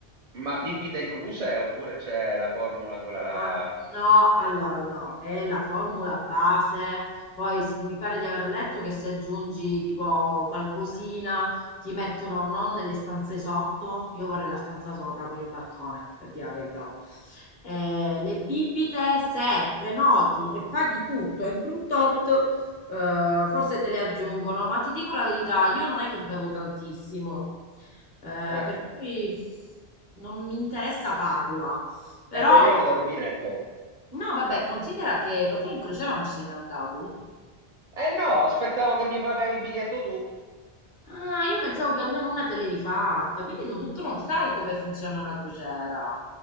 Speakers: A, on the right (about 50°); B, on the left (about 45°).
A: ma bibita inclusa eh, oppure c'è la formula quella là?
B: Ah, no, allora no, è la formula base, poi s- mi pare di aver letto che se aggiungi tipo qualcosina ti mettono non nelle stanze sotto, io vorrei la stanza sopra con il balcone, per dire la verità. Eh, le bibite, se prenoti e paghi tutto entro un tot, eh, forse te le aggiungono, ma ti dico la verità, io non è che bevo tantissimo, eh,
A: Eh.
B: per cui non mi interessa farla. Però
A: E beviamo da rubinetto.
B: No, vabbè, considera che... Ma tu in crociera non ci sei mai andato?
A: Eh no, aspettavo che mi pagavi il biglietto tu.
B: Ah, io pensavo che almeno una te l'eri fatta, quindi non- tu non sai
A: Oh,
B: come funziona una crociera.